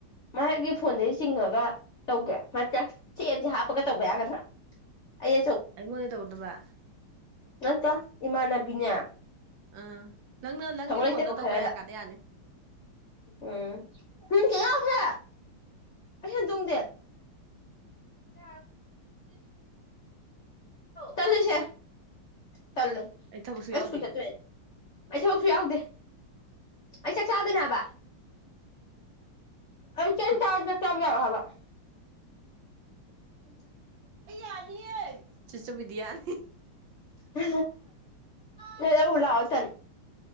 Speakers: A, on the left; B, on the right.
A: ꯃꯥꯒꯤ ꯐꯣꯟꯗꯗꯒꯤ ꯆꯤꯡꯉꯒ ꯇꯧꯒꯦ꯭ꯔ ꯆꯦꯁꯦ ꯍꯥꯞꯄꯒ ꯇꯧꯕ ꯌꯥꯒꯗ꯭ꯔꯥ
B: <unintelligible>
A: ꯑꯩ
B: ꯑꯩ ꯃꯅꯦ ꯇꯧꯧꯕꯗꯕ
A: ꯅꯠꯇ ꯏꯃꯥꯟꯅꯕꯤꯅꯦ
B: ꯑꯥ ꯅꯪꯅ ꯅꯪꯒꯤ
A: ꯁꯒꯣꯜ ꯂꯩꯇꯦꯕ
B: ꯐꯣꯟꯗꯣ
A: ꯈꯔꯗ
B: ꯇꯧꯕ ꯌꯥ ꯀꯗ ꯌꯥꯅꯤ
A: ꯎꯝ ꯆꯦꯡꯌꯥꯎꯁꯦ ꯑꯩ ꯍꯦꯟꯗꯣꯡꯗꯦ ꯆ ꯆꯂꯁꯦ ꯆꯜꯂꯨ
B: ꯊꯕꯛꯁꯨ
A: ꯑꯩ
B: ꯌꯥꯎꯗꯦ
A: ꯁ꯭ꯀꯨꯜ ꯆꯠꯇꯣꯏ ꯑꯩ ꯊꯕꯛꯁꯨ ꯌꯥꯎꯗꯦ ꯑꯩꯁ ꯆ ꯑꯥꯒꯅꯅꯥꯕ ꯑꯩ ꯆ
B: ꯎꯝ
A: ꯆꯥꯔꯗ ꯀ ꯌꯥ ꯍꯥꯏꯕ <unintelligible>
B: ꯌꯥꯅꯤ ꯁꯤꯁꯨꯕꯤꯗꯤ ꯌꯥꯅꯤ
A: ꯑ ꯅ ꯑ ꯂꯥꯎꯑꯣ ꯊ